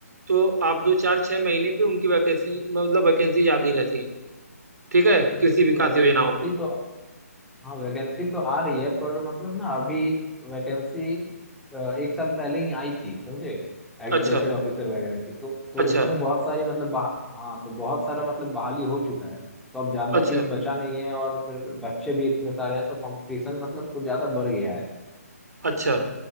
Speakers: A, on the right; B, in the centre.
A: तो आप दो चार छह महीने पे उनकी वैकेंसी मतलब वैकेंसी ज्यादा ही रहती है ठीक है कृषि विकास
B: वैकेंसी
A: योजनाओं की
B: तो हाँ वैकेंसी तो आ रही है पर मतलब ना अभी वैकेंसी एक साल पहले ही आई थी समझे एग्रीकल्चर
A: अच्छा
B: ऑफिसर वगैरह की तो तो
A: अच्छा
B: उसमें बहुत सारी मतलब बहा, हाँ तो बहुत सारा मतलब बहाली हो चुका है तो अब ज्यादा
A: अच्छा
B: सीट बचा नहीं है और फिर बच्चे भी इतने सारे हैं तो कंपटीशन मतलब कुछ ज्यादा बढ़ गया है
A: अच्छा